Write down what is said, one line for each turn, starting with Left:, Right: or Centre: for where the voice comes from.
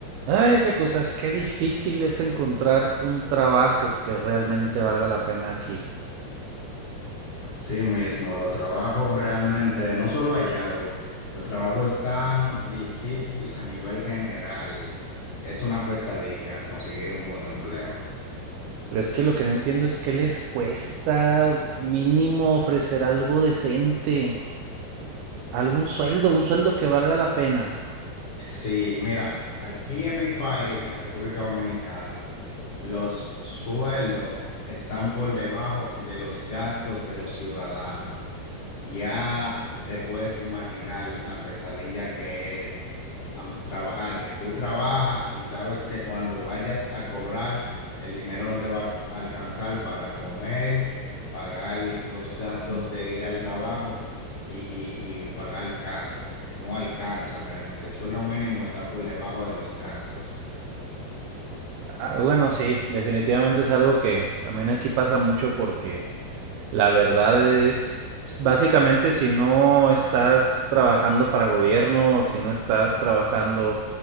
Right: Ay, qué cosas, qué difícil es encontrar un trabajo que realmente valga la pena aquí.
Left: Sí mismo, los trabajos realmente, no solo allá, lo- los trabajos están difícil a nivel general. Es una pesadilla conseguir un buen empleo.
Right: Pero es que lo que no entiendo es que les cuesta mínimo ofrecer algo decente, algún sueldo, un sueldo que valga la pena.
Left: Sí, mira, aquí en mi país, en República Dominicana, los sueldos están por debajo de los gastos de los ciudadanos. Ya te puedes imaginar la pesadilla que es am, trabajar, que tú trabajas y sabes que cuando vayas a cobrar, el dinero no te va a alcanzar para comer, pagar los gastos de ir al trabajo y, y, y pagar casa. No alcanza realmente. El sueldo mínimo está por debajo de los gastos.
Right: Ah, bueno, sí, definitivamente es algo que también aquí pasa mucho porque la verdad es, básicamente si no estás trabajando para gobierno, si no estás trabajando